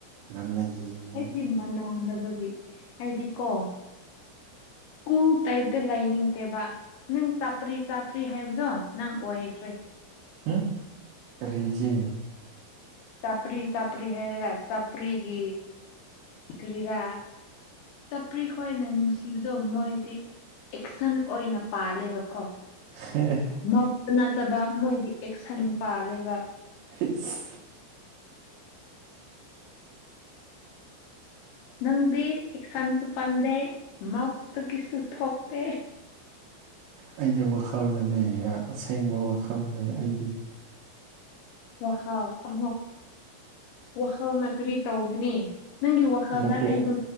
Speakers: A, on the right; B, on the left.
A: ꯉꯟꯅ ꯌꯦꯡꯉꯣꯏ
B: ꯑꯩꯗꯤ ꯃꯅꯥꯥꯡꯗꯕꯒꯤ ꯍꯥꯏꯗꯤ ꯀꯣ ꯀꯨ ꯇꯥꯏꯞꯇ ꯂꯩꯅꯤꯡ ꯇꯦꯕ ꯅꯪ ꯆꯥꯄ꯭ꯔꯤ ꯆꯥꯄ꯭ꯔꯤ ꯍꯥꯏꯕꯗꯣ ꯅꯪ ꯑꯣꯏꯈ꯭ꯔꯦ
A: ꯎꯝ ꯇꯔꯤ ꯍ
B: ꯆꯥꯄ꯭ꯔꯤ ꯆꯥꯄꯔꯤ ꯍꯥꯏꯔꯒ ꯆꯥꯄ꯭ꯔꯤꯒꯤ ꯒ꯭ꯔꯤꯔꯥ ꯆꯄ꯭ꯔꯤ ꯈꯣꯏꯅ ꯅꯨꯡꯁꯤꯕꯗꯣꯝ ꯑꯣꯏꯣꯏꯗꯤ ꯑꯦꯛꯁꯟ ꯑꯣꯏꯅ ꯄꯥꯜꯂꯦꯕꯀꯣ
A: <unintelligible>
B: ꯃꯧꯛꯇ ꯅꯠꯇꯕ ꯃꯣꯏꯗꯤ ꯑꯦꯛꯁꯟ ꯄꯥꯜꯂꯦꯕ
A: <unintelligible>
B: ꯅꯪꯗꯤ ꯑꯦꯛꯁꯥꯟꯁꯨ ꯄꯥꯟꯗꯦ ꯃꯛꯇꯒꯤꯁꯨ ꯊꯣꯛꯇꯦ
A: ꯑꯩꯗꯤ ꯋꯥꯈꯜꯗꯅꯦ ꯑꯁꯦꯡꯕ ꯋꯥꯈꯜꯅꯦ ꯑꯩꯗꯤ
B: ꯋꯥꯈꯜ ꯑ ꯋꯥꯈꯜꯅ ꯀꯔꯤ ꯇꯧꯒꯅꯤ ꯅꯪꯒꯤ ꯋꯥꯈꯜꯗ
A: ꯅꯠꯇꯦ
B: ꯑꯩꯕꯨ